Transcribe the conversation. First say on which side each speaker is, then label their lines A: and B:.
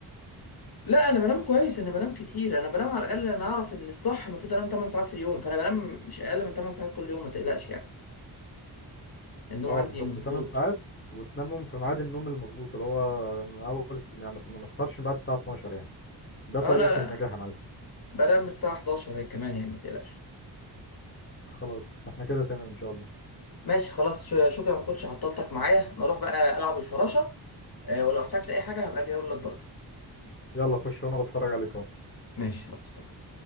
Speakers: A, on the left (about 60°); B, on the left (about 30°).
A: لا انا بنام كويس انا بنام كتير انا بنام على الاقل انا اعرف ان الصح المفروض انام 8 ساعات في اليوم فانا بنام مش اقل من 8 ساعات كل يوم ما تقلقش يعني النوم
B: اه
A: عندي
B: بالظبط
A: مظبوط
B: 8 ساعات وتنامهم في ميعاد النوم المظبوط اللي هو من اول الس- يعني ما ت- ما تسهرش من بعد الساعه 12 يعني ده
A: اه
B: طريقك
A: لا لا
B: للنجاح يا معلم
A: بنام الساعة 11 هي كمان يعني ما تقلقش
B: خلاص احنا كده تمام ان شاء الله
A: ماشي خلاص ش- شكرا ما كنتش عطلتك معايا نروح بقى ألعب الفراشة آه، ولو احتجت أي حاجة هبقى أجي أقول لك برضو
B: يلا خش وانا بتفرج عليك اهو
A: ماشي خلاص تمام